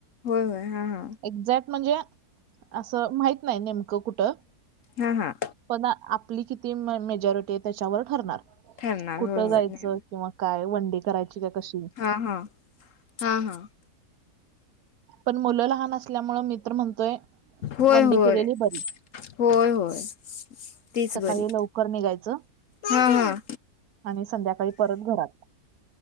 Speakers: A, on the left; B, on the right.
A: होय होय हा हा.
B: एक्झॅक्ट म्हणजे असं माहत नाही नेमकं कुठं.
A: हा हा.
B: पण आपली किती मेजॉरिटी आहे त्याच्यावर ठरणार
A: ठरणार
B: कुठं
A: होय होय
B: जायचं
A: नाही
B: किंवा. काय वंडे करायची काय कशी.
A: हा हा हा हा
B: पण मुलं लहान असल्यामुं मित्र म्हणतोय.
A: होय
B: वन डे
A: होय
B: केलेली बरी.
A: होय होय तीच
B: सकाळी
A: बरी
B: लवकर निघायचं
A: हा हा.
B: आणि संध्याकाळी परत घरात.